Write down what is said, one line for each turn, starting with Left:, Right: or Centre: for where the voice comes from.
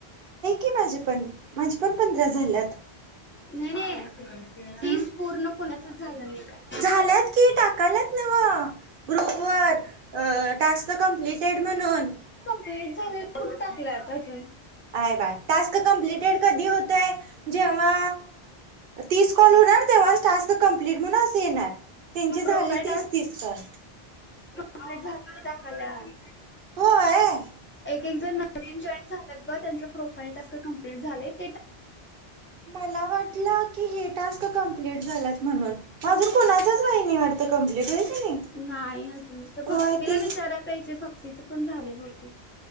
Right: की माझे पण माझे पण पंधरा झाल्यात?
Left: नाही-नाही तीस
Right: हम्म
Left: पूर्ण कुणाचं झालं नाही काय?
Right: झाल्यात की टाकाल्यात नव्हं ग्रुपवर अ टास्क कंप्लीटेड म्हणून
Left: प्लीट झालेला कुठं टाकल्यात अजून?
Right: आहे बाळ टास्क कंप्लीट टेड कधी होतोय जेव्हा तीस कॉल होणार तेव्हाच टास्क कम्प्लीट म्हणू असं येणार, त्यांची
Left: प्रोफाईल
Right: झाल्याती तीस-तीस कॉल
Left: माझं झालेलत कल्याण
Right: होय
Left: एक एक जन नवीन जॉईन झालंत ब त्यांचं प्रोफाईल टास्क कंप्लीट झालेत
Right: मला वाटलं की हे टास्क कंप्लीट झालात म्हणून म अजून कुणाचाच व्हाय नाही वाटतं कंम्प्लीट होय की नाही
Left: नाही अजून त्या
Right: होय
Left: भक्तीला
Right: ती
Left: विचारायला पाहिजे भक्तीच पण झाले भो ठीक